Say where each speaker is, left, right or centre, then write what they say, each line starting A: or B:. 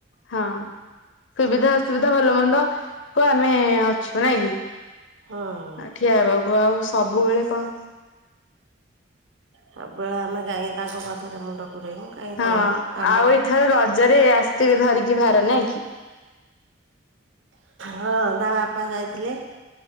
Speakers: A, on the left; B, on the right.
A: ହଁ ସୁବିଧା ଅସୁବିଧା ଭଲ ମନ୍ଦ କୁ ଆମେ ଅଛୁ ନାଇଁ କି?
B: ହଁ।
A: ଠିଆ ହେବାକୁ ଆଉ ସବୁବେଳେ କଣ?
B: ସବୁବେଳେ ଆମେ କାହିଁକି ତାଙ୍କ କଥାରେ ମୁଣ୍ଡ ପୁରେଇବୁ। କାହିଁକି
A: ହଁ
B: କହିବୁ କାମ
A: ଆଉ ଏଇଥର ରଜରେ ଆସିଥିବେ ଧରିକି ଭାର ନାଇଁ କି?
B: ହଁ ତା ବାପା ଯାଇଥିଲେ।